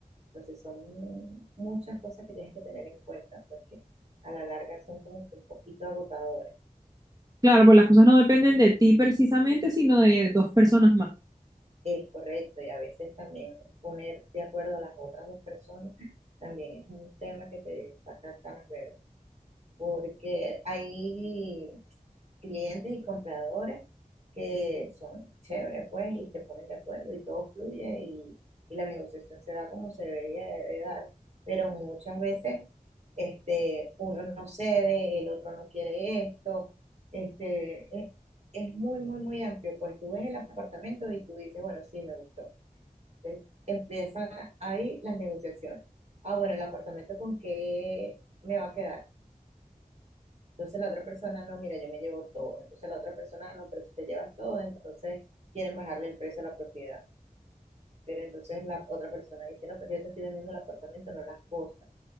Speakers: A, on the right; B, on the right.
A: Entonces son muchas cosas que tienes que tener en cuenta porque a la larga son como que un poquito agotadores.
B: Claro, pues las cosas no dependen de ti precisamente, sino de dos personas más.
A: Es correcto y a veces también poner de acuerdo a las otras dos personas también es un tema que te saca canas verdes porque hay clientes y compradores que son chéveres, pues, y se ponen de acuerdo y todo fluye y, y la negociación se da como se debería de, de dar. Pero muchas veces este, uno no cede, el otro no quiere esto, este, es, es muy, muy, muy amplio. Pues tú ves el apartamento y tú dices, bueno, sí, me gustó. Entonces empiezan ahí las negociaciones. Ah, bueno, el apartamento con qué me va a quedar. Entonces la otra persona, no, mira, yo me llevo todo. Entonces la otra persona, no, pero si te llevas todo, entonces quieren bajarle el precio a la propiedad. Pero entonces la otra persona dice, no, pues yo te estoy vendiendo el apartamento, no las cosas.